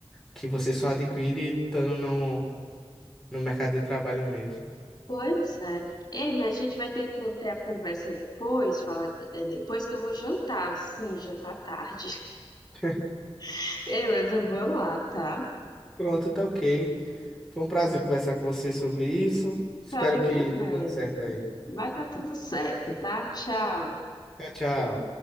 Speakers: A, in the centre; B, on the left.
A: Que você só adquire estando no, no mercado de trabalho mesmo.
B: Pois é. Ei, mas a gente vai ter que manter a conversa depois, falar é, depois que eu vou jantar. Sim, jantar tarde.
A: <laughs>
B: <laughs> Ei, mas eu
A: Pronto,
B: vou lá, tá?
A: pronto, tá ok. Foi um prazer conversar com você sobre isso. Espero
B: Pra mim
A: que
B: também.
A: dê tudo certo aí.
B: Vai dar tudo certo, tá? Tchau.
A: Tchau, tchau.